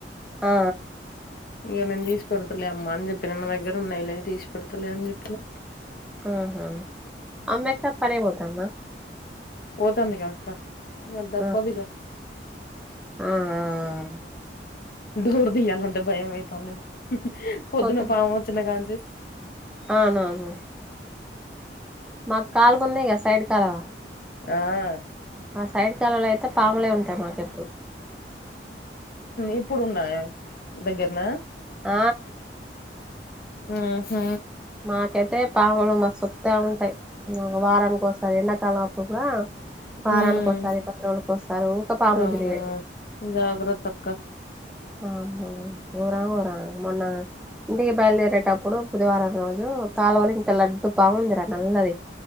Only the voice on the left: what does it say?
ఇంక నేను తీసిపెడతలే అమ్మా అని చెప్పినా నా దగ్గర ఉన్నాయిలే తీసి పెడతలే అని చెప్పినా
పోతాందిగా అక్క ఇంకా దప్పదిగా
డోర్ తీయాలంటే భయం అయితాంది పొద్దున
పాము వచ్చిన కాంచి
ఆ
ఇప్పుడు ఉన్నాయ దగ్గరన?
మ్ హు
ఉమ్
అమ్మో
జాగ్రత్త అక్క.